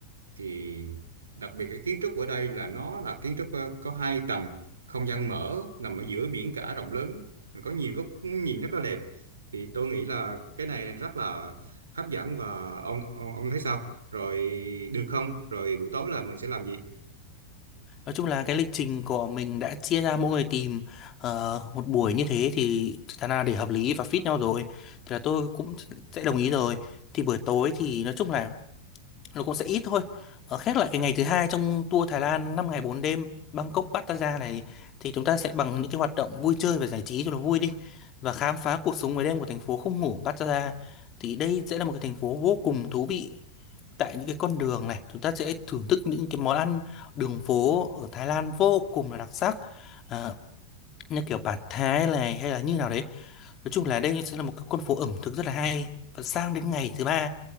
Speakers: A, on the right; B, on the left.
A: thì đặc biệt cái kiến trúc ở đây là nó là kiến trúc ờ, có hai tầng không gian mở nằm ở giữa biển cả rộng lớn có nhiều góc nhìn rất là đẹp thì tôi nghĩ là cái này rất là hấp dẫn và ông ông, ông thấy sao rồi được không rồi buổi tối là mình sẽ làm gì
B: Nói chung là cái lịch trình của mình đã chia ra mỗi người tìm ờ, một buổi như thế thì thật ra để hợp lý và fit nhau rồi thì là tôi cũng sẽ đồng ý rồi. Thì buổi tối thì nói chung là nó cũng sẽ ít thôi. Ờ, khép lại cái ngày thứ hai trong tour Thái Lan 5 ngày 4 đêm Bangkok Pattaya này thì chúng ta sẽ bằng những cái hoạt động vui chơi và giải trí cho nó vui đi và khám phá cuộc sống ngoài đêm của thành phố không ngủ Pattaya. Thì đây sẽ là một cái thành phố vô cùng thú vị tại những cái con đường này chúng ta sẽ thưởng thức những cái món ăn đường phố ở Thái Lan vô cùng là đặc sắc à, như kiểu bản Thái này hay là như nào đấy nói chung là đây sẽ là một cái con phố ẩm thực rất là hay và sang đến ngày thứ ba